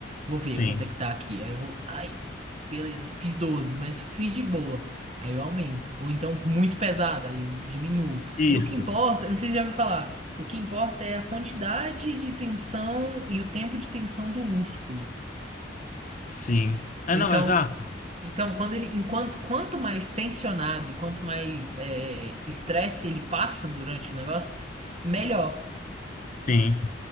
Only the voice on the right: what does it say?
Vou ver
quanto é que tá aqui. Aí eu vou, ai, beleza, fiz doze mas fiz de boa. Aí eu aumento. Ou então muito pesado, aí eu diminuo.
Porque o que importa, não sei se já ouviu falar, o que importa é a quantidade de tensão e o tempo de tensão do músculo.
Então,
Então, quando ele, enquanto, quanto mais tensionado e quanto mais é, estresse ele passa durante o negócio, melhor.